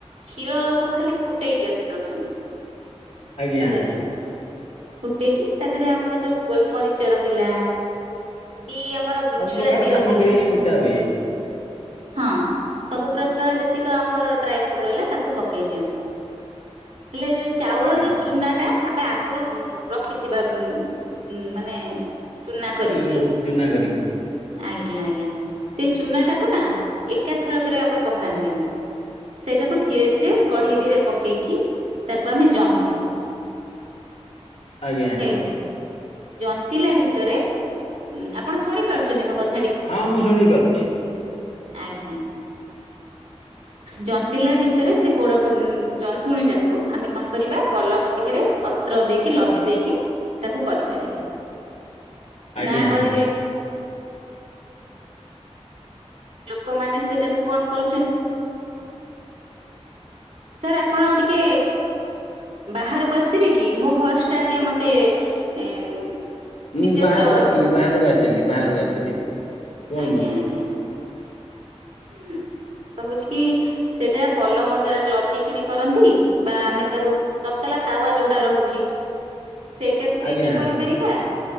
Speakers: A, on the right; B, on the left.
A: କ୍ଷୀର କୁ ଖାଲି ଫୁଟେଇ ଦିଅନ୍ତି ପ୍ରଥମେ।
B: ଆଜ୍ଞା।
A: ହେଲା କି ଫୁଟେଇକି ତା ଦେହରେ ଆମର ଯୋଉ ଗୋଲମରିଚ ରହିଲା। କି ଆମର ଗୁଜୁରାତି
B: ସବୁ ପ୍ରକାର ସାମଗ୍ରୀ
A: ରହିଲା
B: ମିଶା ହୁଏ।
A: ହଁ ସବୁ ପ୍ରକାର ଯେତିକି ଆମର ଡ୍ରାଇ ଫ୍ରୁଟ ରହିଲା ତାକୁ ପକେଇ ଦିଅନ୍ତି। ହେଲେ ଯୋଉ ଚାଉଳ
B: ଆଜ୍ଞା
A: ଯୋଉ ଚୁନା ଟା। ଆମେ ଆଗରୁ ରଖିଥିବା ଉ ମାନେ ଚୁନା କରିକି
B: ଏ ଚୁନା କରିକି।
A: ଆଜ୍ଞା ଆଜ୍ଞା ସେଇ ଚୁନା ଟାକୁ ନା ଏକାଥରକରେ ଆମେ ପକାନ୍ତିନି ସେଇଟାକୁ ଧୀରେ ଧୀରେ କଢେଇ ଧୀରେ ପକେଇକି ତାକୁ ଆମେ ଜନ୍ତି ଦଉ।
B: ଆଜ୍ଞା
A: ହେଲେ- ଜନ୍ତିଲା ଭିତରେ ଆପଣ ଶୁଣି ପାରୁଛନ୍ତି ମୋ କଥା।
B: ହଁ ମୁଁ ଶୁଣି ପାରୁଛି।
A: ଆଜ୍ଞା ଜନ୍ତିଲା ଭିତରେ ସେ ପୋଡ ଜନ୍ତୁଣୀ ଟାକୁ ଆମେ କଣ କରିବା ପଲମ ଦିହରେ ପତ୍ର ଦେଇକି ଲଦି ଦେଇକି। କି ତାକୁ କରିପାରିବା।
B: ଆଜ୍ଞା
A: ଗାଁ ଗହଳିରେ କମାନେ ସେଟାକୁ କଣ କରୁଛନ୍ତି। ସାର୍ ଆପଣ ଆଉ ଟିକେ ବାହାରକୁ ଆସିବେ କି ମୋ ଭଏସଟା ଆଜ୍ଞା ମୋତେ ଦ୍ଵିତୀୟ
B: ମୁଁ ବାହାରକୁ
A: ଥର
B: ଆସିଲି
A: ଶୁଭୁଛି
B: ବାହାରକୁ ଆସିଲି ବାହାରକୁ ଆସିଲି କୁହନ୍ତୁ
A: ଆଜ୍ଞା ଆଜ୍ଞା। ହୁଁ କହୁଛି କି। ସେଟା ପଲମ ଦ୍ଵାରା ଲଦି କିଣି କରନ୍ତି ବା ଆମେ ତାକୁ ତତଲା ତାୱା ଯୋଉଟା ରହୁଛି। ସେଇଟାକୁ
B: ଆଜ୍ଞା
A: ଦେଇକି କରିପାରିବା।